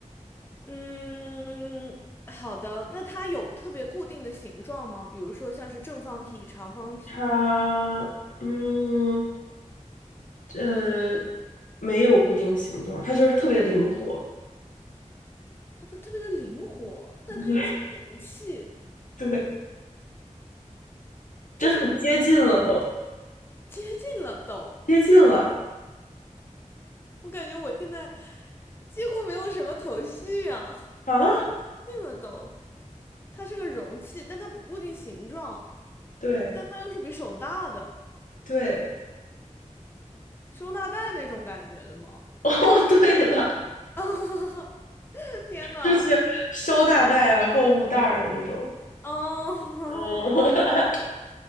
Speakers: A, on the left (about 15°); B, on the left (about 85°).
A: 嗯，好的。那它有特别固定的形状吗？比如说像是正方体、长方体，
B: 它嗯呃没有固定形状，它就是特别灵活。
A: 它它特别的灵活，但它又是个容器，
B: <laughs> 对对，这很接近了都，
A: 就是接近了都。
B: 接近了
A: 我感觉我现在几乎没有什么头绪啊，
B: 啊！
A: 接近了都。它是个容器，但它不固定形状，
B: 对
A: 但它又是比手大的，
B: 对，
A: 收纳袋那种感觉的嘛。
B: <laughs> 哦，对了，
A: <laughs> 天呐，
B: 就是收纳袋啊、购物袋儿那种。
A: 哦，
B: 哦，
A: <laughs> 好的，
B: <laughs>